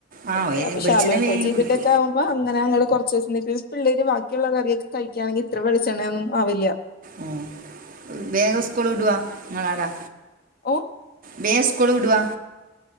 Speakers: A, on the right (about 50°); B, on the left (about 50°).
A: ആ
B: അത്രയാ
A: ഓയിൽ
B: പ ശാലോ
A: വെളിച്ചെണ്ണ വേഗം
B: ഫ്രൈ ചെയ്തിട്ടൊക്കെ
A: കുടിക്കും
B: ആകും അപ്പോ അങ്ങനെ ഞങ്ങള് കുറച്ച് ദിവസം നിന്ന് പിള്ളേര് ബാക്കിയുള്ള കറിയൊക്കെ കഴിക്കുകണെങ്കിൽ ഇത്ര വെളിച്ചെണ്ണ ഒന്നും ആവില്ല.
A: ഉം വേഗം സ്കൂൾ വിടുവാ നിങ്ങളടെ അവിടെ.
B: ഓ.
A: വേഗം സ്കൂൾ വിടുവാ.